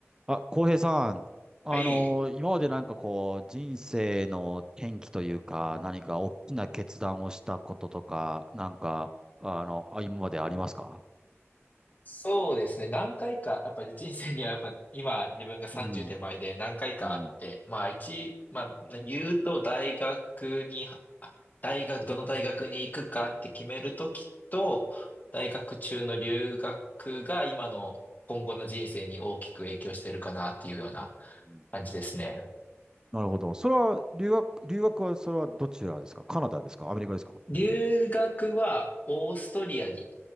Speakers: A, on the right; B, on the left.
A: あ、浩平さん、あのー今までなんかこう、
B: はい。
A: 人生の転機というか、何か大きな決断をしたこととか、なんか、あの、あ今までありますか
B: そうですね。何回か、やっぱり人生にはやっぱ今自分が30手前で何回かあって、
A: うん。うん。
B: まあ一、まあ言うと大学に、あ大学、どの大学に行くかって決めるときと、大学中の留学が今の今後の人生に大きく影響しているかなっていうような
A: うん
B: 感じですね。
A: なるほど。それは、留学、留学は、それはどちらですかカナダですかアメリカですか
B: 留学はオーストリアに